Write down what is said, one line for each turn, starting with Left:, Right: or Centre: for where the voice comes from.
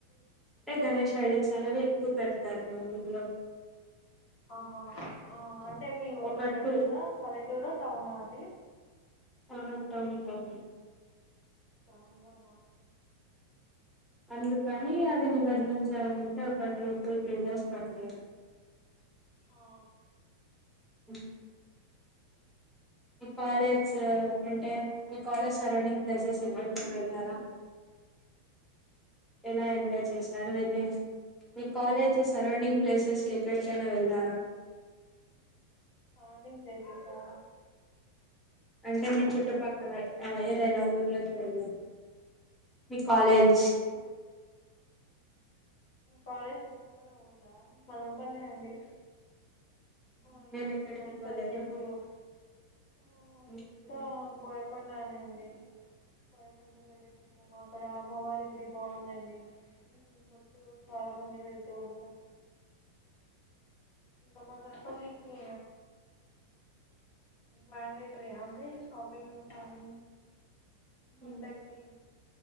Centre: గణేష్ <unintelligible> ఎక్కు పెడతారు మా ఊళ్ళో
Left: ఆహా ఆ అంటే మీ ఊరు
Centre: ఒక
Left: పెద్దదా
Centre: టూ
Left: పల్లెటూరా టౌనా అండి
Centre: ఆ టౌను టౌను
Left: టౌన్ లోన
Centre: అందుకని అది నిమజ్జనం చేయాలంటే ఒక టూ టు త్రీ డేస్ పడతాయి
Left: ఆ
Centre: అ ఈ కాలేజ్
Left: ఇంకే
Centre: అంటే మీ కాలేజ్ సరౌండింగ్ ప్లేసెస్ ఎంటర్కని వెళ్ళారా ఎలా
Left: ఏంటండి
Centre: ఎంజాయ్ చేశారు ఎన్ని కాలేజెస్ సరౌండింగ్ ప్లేసెస్ కి ఎక్కడికైనా వెళ్లార
Left: సరౌండింగ్ ప్లేసేసా
Centre: అంటే మీ చుట్టుపక్కల ఏదైనా ఊర్లోకి వెళ్ళను మీ కాలేజ్
Left: ఓ కాలేజ్ చుట్టుపక్కన ఊర్లా మదనపల్లె అండి ఆ
Centre: మీరు
Left: ఏముంది
Centre: ఎక్కడికి
Left: మనపల్లికి
Centre: పోలేదా
Left: ఎప్పుడు ఆ
Centre: ఉమ్.
Left: అంత బోయకొండా నే ఉంది బోయకొండకి వెళ్లేేసి వచ్చాము అక్కడ అమ్మవారి గుడి బాగుందండి భక్తులు చాల మంది వెళ్తూ ఉంటారు ఇంక మదన పల్లికీ మ్యాన్డేటరీ అంటే శాపింగ్ కానీ పండక్కి
Centre: ఉమ్.